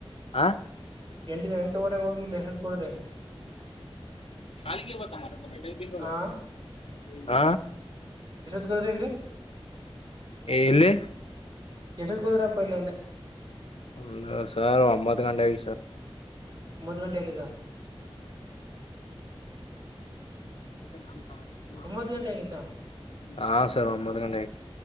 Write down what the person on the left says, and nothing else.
ಹ
<unintelligible>
ಹ
ಇಲ್ಲಿ
ಒಂದು ಸರ್ ಒಂಬತ್ ಗಂಟೆ ಆಗಿತ್ ಸರ್
ಹ್ಮ್
ಹಾ ಹಾ ಸರ್ ಒಂಬತ್ ಗಂಟೆ ಆಗ್